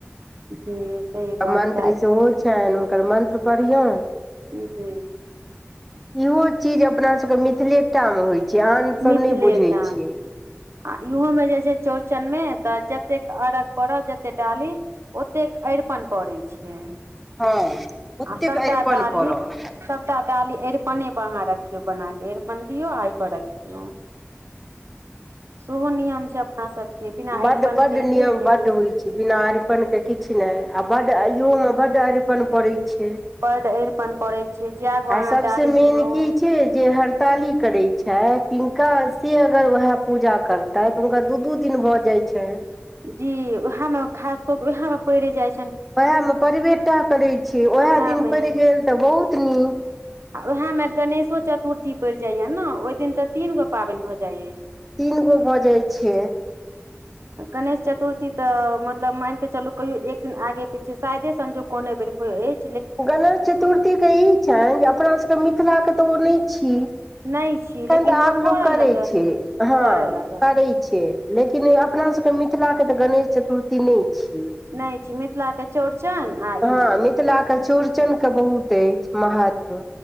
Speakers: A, on the right (about 70°); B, in the centre.
A: जी सही
B: आ
A: गप
B: मंत्री
A: छै
B: सेहो छनि हुनकर मन्त्र पढ़िऔन
A: जी जी
B: इहो चीज अपना सबके मिथिलेटा मे होइ छै आन सब
A: मिथिलेटामे
B: नहि बुझै छियै
A: आ इहोमे जे छैय चौरचनमे तऽ जतेक अरघ्य पड़ऽ जते डाली ओतेक अरिपन पड़ै छैय।
B: हँ ओतेक
A: आ सबटा
B: अरिपन
A: डालीक
B: पड़ल
A: सबटा डाली अरिपने पर अहाँ रखी रियौ बना के अरिपन दियौ आ आयपर रखियौ। सेहो नियम छै अपना सभके बिना
B: बड्ड
A: अरिपन
B: बड्ड
A: के हेतै
B: नियम
A: नहि
B: बड्ड होइ छैय बिना अरिपणके किछ नहि। आ बड्ड अयोमे बड्ड अरिपन पड़ै छै
A: बड अरिपन पड़ै छै जै गो
B: आ
A: अहाँ
B: सबसे
A: डाली
B: मेन
A: दियौ
B: की छैय जे हर ताली करय छैय तिनका से अगर वएह पूजा करतै त हुनका दू दू दिन भऽ जाय छैय
A: जी उएह मे खास क के उएह मे पड़े जाइ
B: उएहमे परिवेटाः करैत छी उएह
A: उएहमे
B: दिन पड़ि गेल तऽ बहुत नीक।
A: आ उएहमे गणेशो चतुर्थी पड़ि जाइए ने ओहि दिन तऽ तीन गो पावन भऽ जाइ अछि।
B: तीन गो भऽ जाय छैय।
A: गणेश चतुर्थी तऽ मतलब मान के चलु कहियो एक दिन आगे पीछे शायदे संजोग कोनो बेर होयत
B: गणेश चतुर्थीके ई छैन जे अपनासबके मिथिलाके तऽ ओ नहि छी।
A: नहि छी लेकिन
B: एखन तऽ आब लोक
A: करऽ
B: करै
A: लगल
B: छैय हाँ
A: करऽ लगल
B: करै छैय। लेकिन अपना सबके मिथिला के तऽ गणेश चतुर्थी नहि छैय।
A: नहि छी मिथिलाके चौड़चन आ ई
B: हाँ मिथिला के चौरचन के बहुत अइछ महत्व।